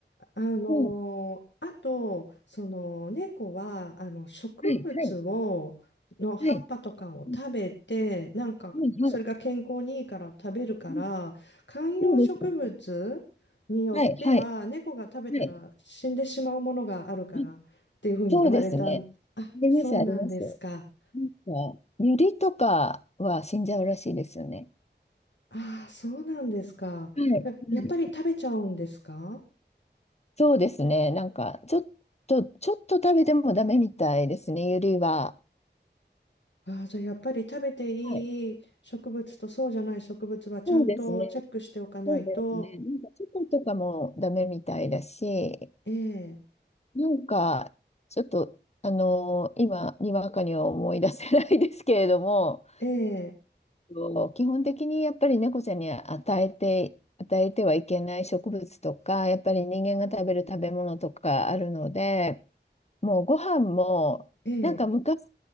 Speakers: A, on the left; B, on the left.
A: あのーあとその猫はあの植物をの葉っぱとかを食べてなんかそれが健康にいいから食べるから観葉植物によっては猫が食べたら死んでしまうものがあるからっていうふうに言われたんあそうなんですか
B: はい。はいはいはい。うんはいはい。うんそうですよね。はい、はい、はい。うんそうですね。あります、あります。なんか、ユリとかは死んじゃうらしいですよね。
A: ああそうなんですかえやっぱり食べちゃうんですか
B: はい、はい。そうですね。なんか、ちょっと、ちょっと食べてもダメみたいですね、ユリは。
A: ああ、じゃあやっぱり食べていい植物とそうじゃない植物はちゃんとチェックしておかないと。
B: はい。そうですね。そうですね。なんか、チョコとかもダメみたいだし、
A: ええ、
B: なんか、ちょっと、あのー今、にわかには思い出せないですけれども、
A: ええ、
B: と基本的にやっぱり猫ちゃんに与えて、与えてはいけない植物とか、やっぱり人間が食べる食べ物とかあるので、もうご飯も、
A: ええ、
B: なんか昔